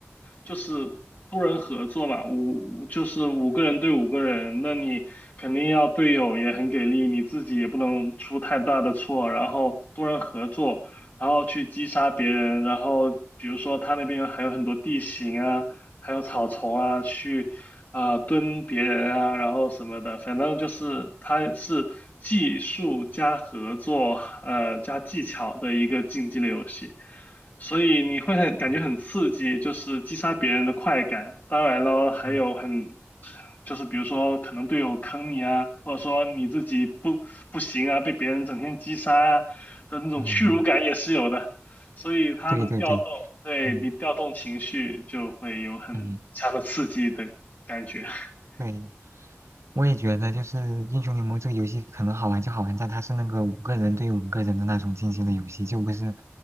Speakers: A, on the left; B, on the right.
A: 就是多人合作嘛，五就是五个人对五个人，那你肯定要队友也很给力，你自己也不能出太大的错，然后多人合作，然后去击杀别人，然后比如说他那边还有很多地形啊，还有草丛啊，去啊、蹲别人啊，然后什么的，反正就是它是技术加合作，呃，加技巧的一个竞技类游戏，所以你会很感觉很刺激，
B: 嗯
A: 就是击杀别人的快感。当然了，还有很
B: 嗯。
A: 就是比如说可能队友坑你啊，或者说你自己不不行啊，被别人整天击杀啊的那种屈辱感也是有的，
B: 嗯
A: 所以它能调动，
B: 对对对，
A: 对你调动情绪就会有很强的刺激，
B: 嗯嗯，
A: 对。感觉。<laughs>
B: 对，我也觉得就是英雄联盟这个游戏可能好玩就好玩在它是那个五个人对五个人的那种竞技的游戏，就不是